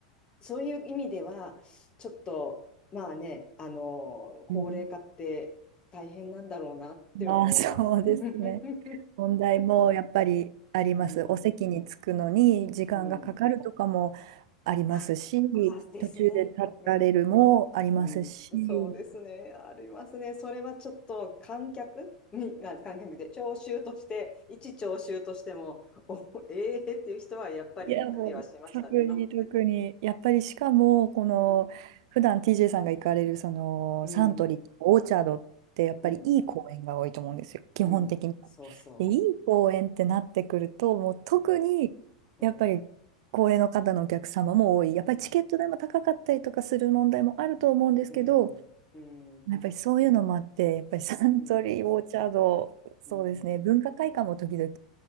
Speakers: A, on the left; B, on the right.
A: そういう意味ではちょっとまあねあの高齢化って大変なんだろうなっては思います。
B: うんまあそうですね。
A: <laughs>
B: 問題もやっぱりあります。
A: うん、
B: お席に着くのに時間がかかるとかも
A: うん、
B: ありますし、
A: あ、あですね。
B: 途中で立たれるもありますし、
A: うんうん、そうですね。ありますね。それはちょっと観客に、あ観客で聴衆として、一聴衆としても、<laughs> お、ええっていう人はやっぱりいたりはしましたね、
B: いや、もう、特に特に、
A: 今まで。
B: やっぱりしかも、この、
A: うん、
B: 普段 TJ さんが行かれる、その、
A: うん、
B: サントリーとかオーチャードって、やっぱりいい公園が多いと思うんですよ、
A: うん、
B: 基本的に。
A: うん、そうそ
B: で、いい公園ってなってくると、もう特に、
A: う。うん、うん、
B: やっぱり、高齢の方のお客様も多い。
A: うん、
B: やっぱりチケット代も高かったりとかする問題もあると思うんですけど、
A: うん、うん、
B: やっぱりそういうのもあって、やっぱりサントリー、
A: うん。
B: オーチャード、そうですね、
A: うん
B: 文化会館も時々、